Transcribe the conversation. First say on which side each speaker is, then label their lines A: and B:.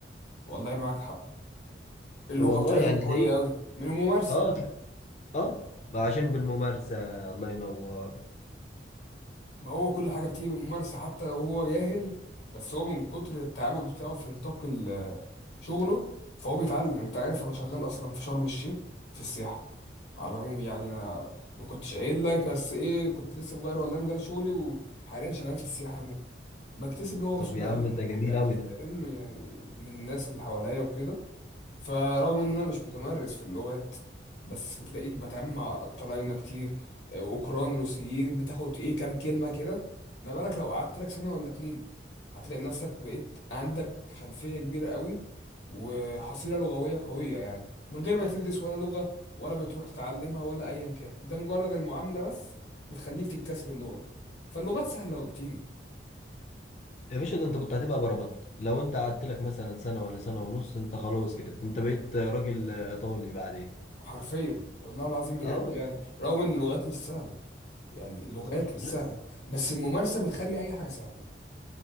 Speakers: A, on the left (about 75°); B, on the left (about 40°).
A: والله معاك حق اللغه
B: والله
A: بتاعتهم
B: يعني
A: قويه
B: تلاقيه
A: قوي من الممارسه
B: اه تلا- اه ما عشان بالممارسة الله ينور
A: ما هو كل حاجه بتيجي بالممارسه حتى لو هو جاهل بس هو من كتر التعامل بتاعه في نطاق ال- شغله فهو بيتعلم انت عارف انا شغال اصلا في شرم الشيخ في السياحه على العموم يعني انا ما كنتش قايل لك بس ايه كنت لسه مغير والله مجال شغلي وحاليا شغال في السياحه هناك بكتسب لغه بسهوله
B: طب يا عم
A: قوي
B: ده جميل
A: يعني
B: قوي
A: فاهم
B: ده
A: يعني من الناس اللي حواليا وكده فرغم ان انا مش متمرس في اللغات بس تلاقيك بتعامل مع طلاينة كتير آه، اوكران روسيين بتاخد ايه كام كلمة كده ما بالك لو قعدت لك سنة ولا اتنين هتلاقي نفسك بقيت عندك خلفية كبيرة قوي وحصيلة لغوية قوية يعني من غير ما تدرس ولا لغة ولا بتروح تتعلمها ولا ايا كان ده مجرد المعاملة بس بتخليك تكتسب اللغة فاللغات سهلة وبتيجي
B: يا باشا ده انت كنت هتبقى بربنت لو انت قعدت لك مثلا سنه ولا سنه ونص انت خلاص كده انت بقيت راجل ايطالي بعدين
A: حرفيا والله العظيم بجد
B: اه والله.
A: يعني رغم ان اللغات مش سهلة يعني اللغات مش سهلة
B: لا
A: بس الممارسة بتخلي أي حاجة سهلة